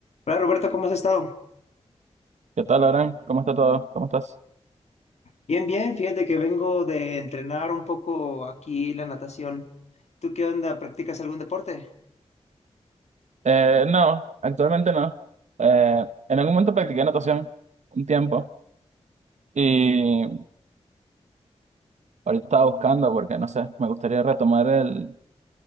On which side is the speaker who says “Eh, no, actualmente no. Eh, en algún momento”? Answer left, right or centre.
Right